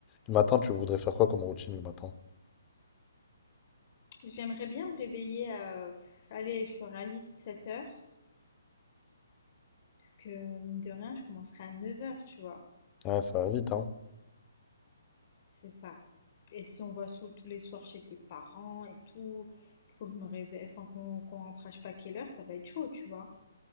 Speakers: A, on the left (about 20°); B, on the left (about 45°).
A: Le matin, tu voudrais faire quoi comme routine le matin?
B: J'aimerais bien me réveiller à. Allez, je suis réaliste, 7 heures. Parce que mine de rien, je commencerai à neuf heures tu vois.
A: Ouais, ça va vite, hein.
B: C'est ça. Et si on va sous, tous les soirs chez tes parents et tout, qu'il faut que je me réveille, enfin qu'on qu'on rentre à je sais pas quelle heure, ça va être chaud, tu vois.